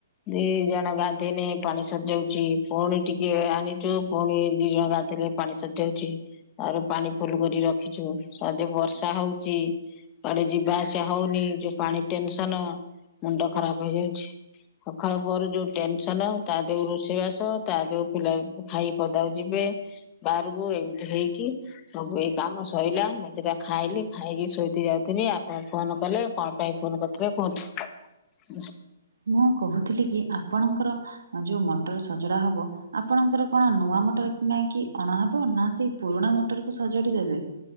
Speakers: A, on the left; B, on the right.
A: ଦି ଜଣ ଗାଧେଇନେ ପାଣି ସରିଜାଉଛି ପୁଣି ଟିକେ ଆଣିଛୁ ପୁଣି ଦି ଜଣ ଗାଧେଇଲେ ପାଣି ସରିଜାଉଛି ତାପରେ ପାଣି ଫୁଲ କରି ରଖିଛୁ ତାଦେ ବର୍ଷା ହଉଛି। କୁଆଡେ ଯିବା ଆସିବା ହଉନି ଯୋଉ ପାଣି ଟେନସନ ମୁଣ୍ଡ ଖରାପ ହେଇଯାଉଛି। ସକାଳୁ ପହରୁ ଯୋଉ ଟେନସନ ତା ଦେଉ ରୋଷେଇବାସ ତା ଦେଉ ପିଲା ଖାଇକି ପଦାକୁ ଯିବେ ବାହାରକୁ ଏମିତି ହେଇକି ସବୁ ଏଇ କାମ ସଇଲା ମୁଁ ଦିଟା ଖାଇଲି ଖାଇକି ଶୋଇତେ ଯାଉଥିଲି ଆପଣ ଫୋନ କଲେ କଣ ପାଇଁ ଫୋନ କରି ଥିଲେ କୁହନ୍ତୁ?
B: ମୁଁ କହୁଥିଲି କି ଆପଣଙ୍କର ଯୋଉ ମଟର ସଜଡା ହବ ଆପଣଙ୍କର କଣ ନୂଆ ମଟର କିଣାହେଇ କି ଅଣାହବ ନା ସେଇ ପୁରୁଣା ମଟରକୁ ସଜାଡ଼ି ଦେବେ?